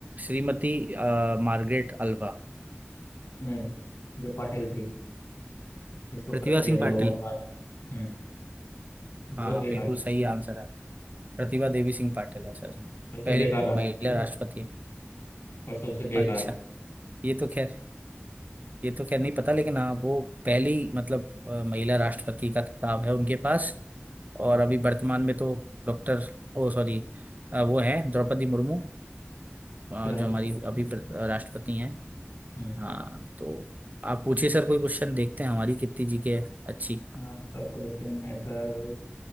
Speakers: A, on the right; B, on the left.
A: श्रीमती अ, मार्गरेट अल्वा
B: नहीं जो पाटिल थी इसको
A: प्रतिभा
B: पलट दिया
A: सिंह
B: था
A: पाटिल
B: लोगों ने बाद में हम्म
A: हाँ
B: बहुत बेकार
A: बिल्कुल
B: थी
A: सही आंसर है प्रतिभा देवी सिंह पाटिल है सर
B: हम्म, सबसे
A: पहली
B: बेकार राष्ट्रपति
A: महिला राष्ट्रपति है
B: और सबसे बेकार
A: अच्छा ये तो खैर ये तो खैर नहीं पता लेकिन हाँ वो पहली मतलब अ, महिला राष्ट्रपति का खिताब है उनके पास और
B: हम्म,
A: अभी वर्तमान में तो डॉक्टर ओ सॉरी वो हैं द्रौपदी मुर्मू अ,
B: फिलहाल
A: जो हमारी
B: तो राष्ट्रपति।
A: अभी प्र- राष्ट्रपति हैं
B: हम्म
A: हाँ तो आप पूछिए सर कोई क्वेश्चन देखते हैं हमारी कीर्ति जी के अच्छी
B: आपका क्वेश्चन है सर